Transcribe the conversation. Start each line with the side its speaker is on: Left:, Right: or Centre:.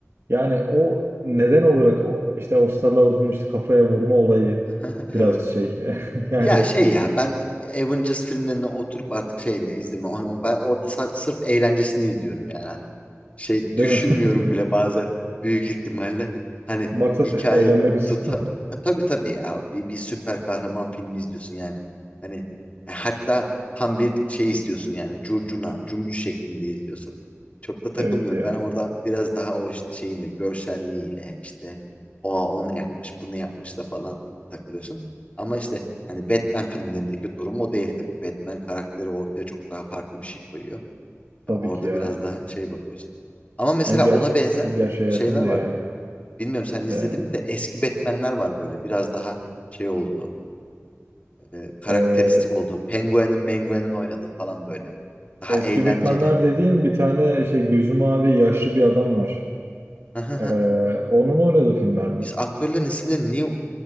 Right: Yani o neden olarak o, işte Oscar'la ordunun işte kafaya vurma olayı
Left: <laughs>
Right: biraz şey <laughs> yani
Left: Ya şey ya ben Avengers filmlerini oturup artık şeyle izleme. Hani Ben orada sa- sırf eğlencesini izliyorum yani hani. Şey
Right: değil
Left: düşünmüyorum
Right: mi? <laughs>
Left: bile bazen büyük ihtimalle. Hani
Right: Maksat
Left: hikaye
Right: eğlenmek olsun.
Left: tuta...
Right: <laughs>
Left: Ha, tabii tabii ya bir, bir süper kahraman filmi izliyorsun yani. Hani e, hatta tam bir şey izliyorsun yani curcuna, cümbüş şeklinde izliyorsun. Çok da takılmıyorum.
Right: Evet ya
Left: Ben orada biraz daha o işte şeyle, görselliğiyle işte o onu yapmış, bunu yapmışla falan takılıyorsun. Ama işte Hani Batman filmlerindeki durum o değil tabii. Batman karakteri ortaya çok daha farklı bir şey koyuyor.
Right: tabii
Left: Ya orada
Right: ki ya.
Left: biraz daha şey bakıyorsun. Ama mesela
Right: En, ger
Left: ona benzer
Right: en gerçeğe
Left: şeyler
Right: yakındı
Left: vardı.
Right: yani.
Left: Bilmiyorum sen izledin
Right: Ee,
Left: mi de eski Batman'ler var böyle. Biraz daha şey oldu, e, karakteristik
Right: e,
Left: olduğu. Penguin'in Menguin'in oynadığı falan böyle. Daha
Right: eski
Left: eğlenceli.
Right: Batman'ler dediğin bir tane şey gözü mavi yaşlı bir adam var.
Left: <laughs>
Right: Ee, onun oynadığı filmler mi?
Left: Biz aktörlerin isimlerini niye